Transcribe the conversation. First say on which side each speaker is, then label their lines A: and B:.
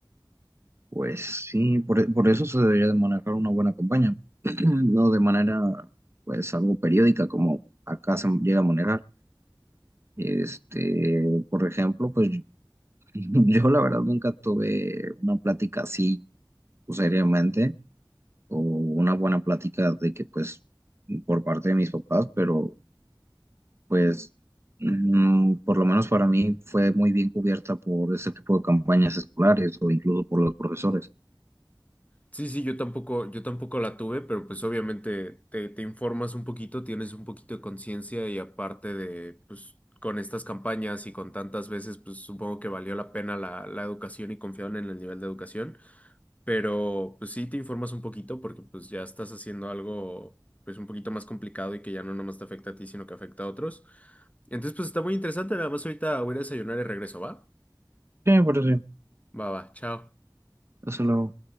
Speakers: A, on the right; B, on the left.
A: Pues sí, por, por eso se debería de manejar una buena campaña, <clears throat> no de manera, pues, algo periódica como acá se llega a manejar. Este, por ejemplo, pues <laughs> yo la verdad nunca tuve una plática así, pues, seriamente, o una buena plática de que, pues, por parte de mis papás, pero, pues, mm, por lo menos para mí fue muy bien cubierta por ese tipo de campañas escolares o incluso por los profesores.
B: Sí, sí, yo tampoco, yo tampoco la tuve, pero pues obviamente te, te informas un poquito, tienes un poquito de conciencia y aparte de, pues con estas campañas y con tantas veces, pues supongo que valió la pena la, la educación y confiaron en el nivel de educación. pero pues sí te informas un poquito porque pues ya estás haciendo algo pues un poquito más complicado y que ya no nomás te afecta a ti, sino que afecta a otros. Entonces pues está muy interesante, nada más ahorita voy a ir a desayunar y regreso, ¿va?
A: Sí, por eso,
B: Va, va, chao.
A: eso luego.